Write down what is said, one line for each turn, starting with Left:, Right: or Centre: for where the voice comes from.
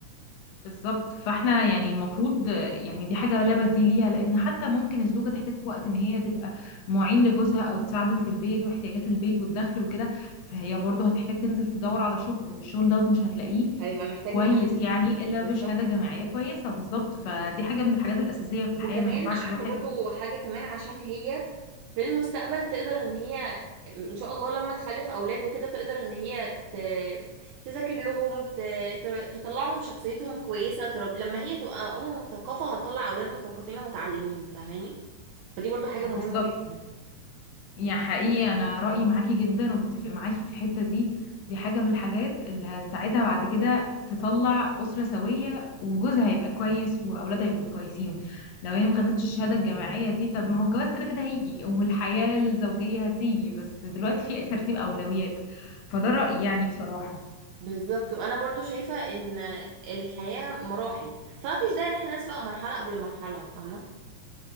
Left: بالظبط فاحنا يعني المفروض يعني دي حاجة لا بديل ليها لأن حتى ممكن الزوجة تحتاج في وقت إن هي تبقى معين لجوزها أو تساعده في البيت واحتياجات البيت والدخل وكده فهي برضه هتحتاج تنزل تدور على شغل والشغل دوت مش هتلاقيه
Right: هيبقى محتاج
Left: كويس
Right: مؤهل
Left: يعني إلا
Right: بالظبط
Left: بشهادة جامعية كويسة بالظبط فدي حاجة من الحاجات الأساسية في الحياة
Right: وكمان
Left: ما ينفعش
Right: عارفة
Left: الواحد
Right: برضو حاجة كمان عشان هي في المستقبل تقدر ان هي ان شاء الله لما تخلف اولاد وكده تقدر ان هي ت... تذاكر لهم ت... ت- تطلعهم شخصيتهم كويسة ترب... لما هي تبقى ام مثقفة هتطلع اولاد مثقفين ومتعلمين فاهماني فدي برضو حاجة
Left: بالظبط
Right: مهمة جدا
Left: يا حقيقي انا رايي معاكي جدا وبتفق معاكي في الحته دي دي حاجه من الحاجات اللي هتساعدها بعد كده تطلع اسره سويه وجوزها هيبقى كويس واولادها هيبقوا كويسين لو هي ما خدتش الشهاده الجامعيه دي طب ما هو الجواز كده كده هيجي والحياه الزوجيه هتيجي بس دلوقتي في ترتيب اولويات فده رايي يعني بصراحه
Right: بالظبط وانا برضو شايفة ان الحياة مراحل فمفيش داعي ان احنا نسبق مرحلة قبل مرحلة فاهمة